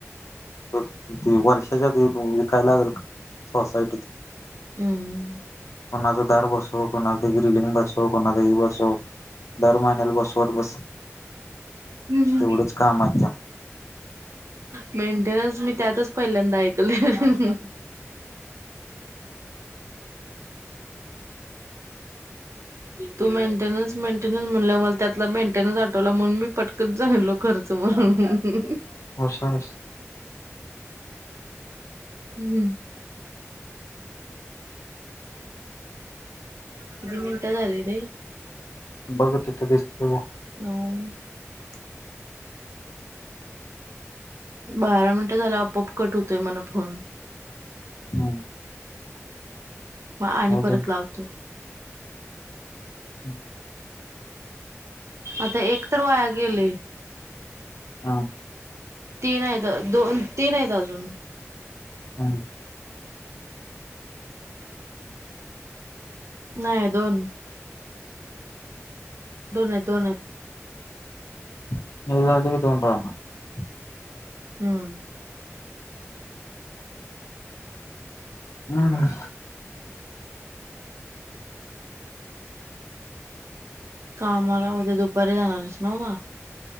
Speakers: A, on the left; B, on the right.
A: ते वर्ष त्याच्या विकायला लागेल सोसायटी
B: हम्म.
A: कोणाच दार बसव कोणा लिंग बसो कोणातही बसो दर महिन्याला बसत बस
B: हम्म.
A: तेवढच काम आहे त्या
B: मेंटेनन्स मी त्यातच पहिल्यांदा ऐकलं. तू मेंटेनन्स मेंटेनन्स म्हण मला त्यातला मेंटेनन्स आठवला म्हणून मी पटकत जालो खर्च म्हणून
A: हो सोरस.
B: हम्म. किती मिनिटं झाले रे.
A: बघ तिथं दिसत बघ.
B: नऊ. बारा मिनिटं झालं आपोआप कट होतोय मन फोन.
A: हम्म.
B: मग आणि
A: अजून
B: परत लावतो.
A: <unintelligible>
B: आता एक तर वाया गेले.
A: हा.
B: तीन आहेत दोन तीन आहेत अजून.
A: हम्
B: नाही दोन दोन हायत दोन हायत
A: <unintelligible>
B: हम्म
A: हम्
B: कामाला उद्या दुपारी जाणारच ना म